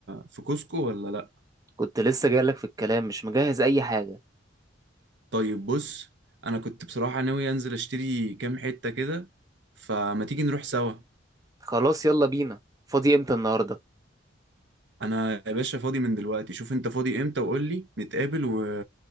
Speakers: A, on the right (about 65°); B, on the right (about 20°).
A: في كوسكو ولا لا
B: كنت لسه جايلك في الكلام مش مجهز اي حاجة
A: طيب بص انا كنت بصراحة ناوي انزل اشتري كام حتة كده فما تيجي نروح سوا
B: خلاص يلا بينا فاضي امتى النهاردة
A: انا يا باشا فاضي من دلوقتي شوف انت فاضي امتى وقول لي نتقابل و...